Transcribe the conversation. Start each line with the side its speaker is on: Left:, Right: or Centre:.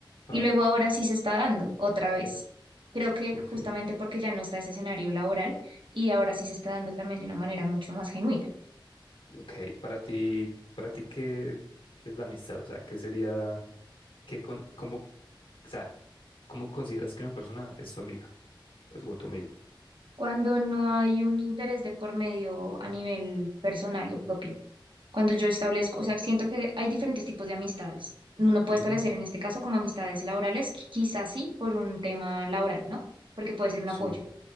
Left: Ah,
Right: Y luego ahora sí se está dando otra vez. Creo que
Left: ok.
Right: justamente porque ya no está ese escenario laboral y ahora sí se está dando también de una manera mucho más genuina.
Left: Ok, para ti, para ti, ¿qué, qué es la amistad? O sea, ¿qué sería, qué, con- cómo, o sea, cómo consideras que una persona es tu amiga o o tu amigo?
Right: Cuando no hay un interés de por medio a nivel personal o propio. Cuando yo establezco, o sea, siento que hay diferentes tipos de amistades. Uno puede
Left: Ujú,
Right: establecer en este caso como amistades laborales, qui- quizás sí por un tema laboral, ¿no? Porque puede ser un
Left: Sí,
Right: apoyo.